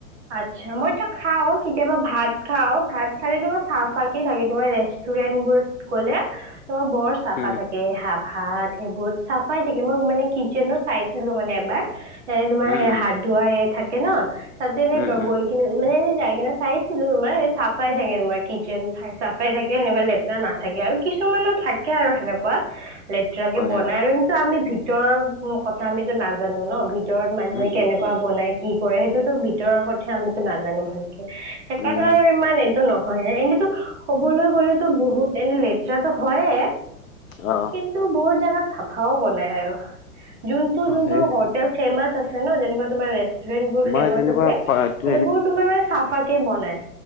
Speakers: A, on the right; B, on the left.
A: আচ্ছা মইতো খাও কেতিয়াবা ভাত খাও ভাত খালে <unintelligible> চাফাকে থাকে তোমাৰ ৰেষ্টুৰেণ্ট বোৰত গ'লে তোমাৰ বৰ চাফা
B: উম
A: থাকে হাব ভাত সেইবোৰত চাফাই থাকে মই মানে কিটচেনত চাইছিলো মানে এবাৰ এ তোমাৰ
B: উম
A: সে
B: উম
A: হাত ধুৱাই এ থাকে না, তাতে এনে
B: উম
A: গাৱৈ
B: উম
A: কিন মানে যাই কিনে চাইছিলো তোমাৰ চাফাই থাকে তোমাৰ কিটচেন চাফাই থাকে সেনেকুৱা লেতেৰা নাথ থাকে আৰু কিছুমানৰ থাকে আৰু সেনেকুৱা লেত তেৰাকে
B: হয়
A: বনাই
B: হয়
A: আৰু কিন্তু আমি ভিতৰৰ কথা আমিতো নাজানো ন, ভিত ভিতৰত মানুহে
B: উম
A: কেনেকুৱা
B: উম উম
A: বনাই কি কৰে সেইটোতো ভিতৰৰ কথা আমিতো নাজানো ভালকে সেইকাৰণে
B: উম
A: আৰু ইমান এইটো নহয় এনেতো ক'বলৈ গ'লেতো বহুত এনে লেতেৰাতো হয়ে
B: অ
A: কিন কিন্তু বহুত জেগাত চফাও বনাই আৰু যোনটো-যোনটো
B: সেই
A: হোট <unintelligible> ফেমাচ আছে ন, যেনেকুৱা তোমৰ ৰেষ্টুৰেণ্ট বোৰ ফেমাচ।
B: মই তেনেকুৱা
A: <unintelligible>
B: টো
A: সেইবোৰ তোমাৰ মানে চাফা কে বনাই।